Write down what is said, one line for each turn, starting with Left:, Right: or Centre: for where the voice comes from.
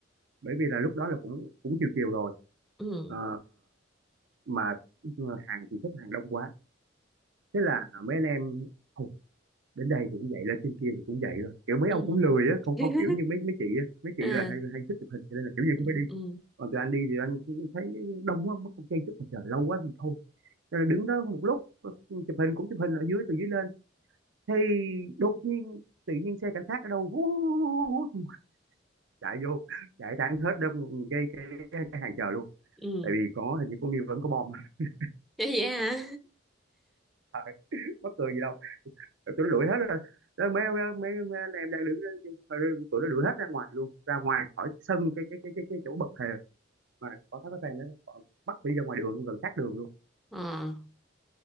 Right: bởi vì là lúc đó là cũng cũng chiều chiều rồi
Centre: ừ
Right: Ờ, mà hàng thì xếp hàng đông quá thế là mấy anh em "Thôi, đến đây thì cũng vậy lên trên kia thì cũng vậy thôi kiểu mấy
Centre: ừ
Right: ông cũng lười á không
Centre: <laughs>
Right: không kiểu như mấy mấy chị á mấy chị
Centre: à
Right: là hay hay thích chụp hình cho nên là kiểu gì
Centre: ừ
Right: cũng phải đi
Centre: ừ
Right: còn tụi anh đi thì anh cũng thấy đông quá mất không chen chúc mà chờ lâu quá thì thôi Thế là đứng đó một lúc ờ, chụp hình cũng chụp hình ở dưới từ dưới lên thì đột nhiên tự nhiên xe cảnh sát ở đâu hú, hú, hú, hú, chạy vô chạy thẳng hết đông cái cái, cái hàng chờ luôn
Centre: ừ
Right: tại vì có hình như có nghi vấn có bom <laughs>
Centre: vậy hả
Right: à, mắc cười gì đâu tụi nó đuổi hết ra Rồi mấy mấy mấy anh em đang đứng đó tụi nó đuổi hết ra ngoài luôn ra ngoài khỏi sân cái cái cái cái, cái chỗ bậc thềm mà có thấy cái fan đó họ bắt đi ra ngoài đường luôn gần sát đường luôn
Centre: Ờ.